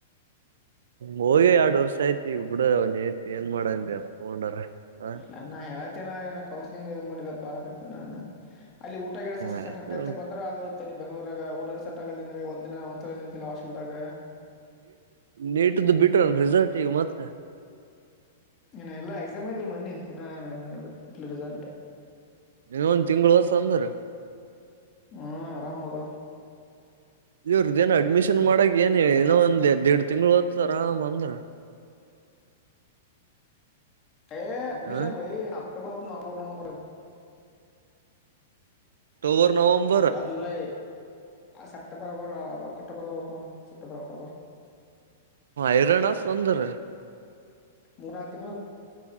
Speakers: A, on the right (about 80°); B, on the left (about 30°).
A: ಹೋಗಿ ಎರಡ್ ವರ್ಷ ಆಯತಿ, ಈಗ ಬಿಡ ಅವನ ಐತಿ ಏನ್ ಮಾಡನ್ ತಗೊಂಡಾರ ಹ
B: ಅಲ್ಲ ನಾ ಹೇಳತೇ ನ ಕೌನ್ಸಲಿಂಗ್ ಪರಾಕತ್ತ ನಾನು ಅಲ್ಲಿ ಊಟ ಗಿಟ ಸಟ್ಟಂತ
A: ಆಯ್ತು
B: ಬಂದರೂ ಆಗತ್ತೆ ನೀ ಬೆಂಗಳೂರಗ ಊಟ ಸನ ಒಂದಿನ ತ ನಂತಲ ಹಾಸ್ಟಲ್ದಾಗ
A: ನೀಟ್ದು ಬಿಟ್ರ ರಿಸರ್ಟ್ ಈಗ ಮತ್ತೆ
B: ಇ ಎಲ್ಲ ಎಕ್ಸಾಮ್ ಐಯ್ತಲ್ಲ ಮನ್ನಿ ಇ ಬಿಟ್ಲಿ ರಿಸಲ್ಟ್.
A: ಇ ಒಂದ ತಿಂಗಳು ಹೊಸ ಅಂದ್ರ.
B: ಹಾಂ ಆರಾಮುದ.
A: ಇವ್ರದ್ದ ಏನು ಅಡ್ಮಿಷನ್ ಮಾಡಕ್ ಏನ್, ಏನ್ನ ಒಂದ್ ಎರಡ್ ತಿಂಗ್ಗಳು ಆಯ್ತದ ಆರಾಮ್ ಅಂದ್ರ.
B: ಏ ಅಡ್ಮಿಷನ್
A: ಹ
B: ಬಾಯ್ ಅಕ್ಟೋಬರ್ ಹೊ ನಗಬರ್ ನಂಬರ್ಗೆ.
A: ಅಕ್ಟೋಬರ್ ನವಂಬರ್
B: ಯಾವ ಜುಲೈ ಸೆಪ್ಟೆಂಬರ್ ಅಕ್ಟೋಬರ್ ಬರ್ತ್ತ ನೋನು ಸೆಪ್ಟೆಂಬರ್ ಅಕ್ಟೋಬರ್
A: ಐರಾಣ ತುಂದ್ರ
B: ಮೂರನಾಕು ತಿಂಗಳು